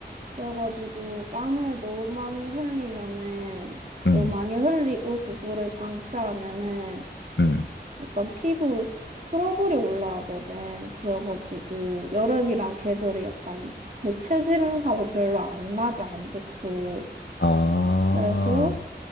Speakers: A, on the right (about 45°); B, on the left (about 85°).
A: 그래가지고 땀을 너무 많이 흘리면은,
B: 음,
A: 너무 많이 흘리고 그거를 방치하면은
B: 음.
A: 약간 피부 트러블이 올라오거든. 그래가지고 여름이랑 계절이 약간 내 체질하고 별로 안 맞아, 안 좋고.
B: 아,
A: 그래서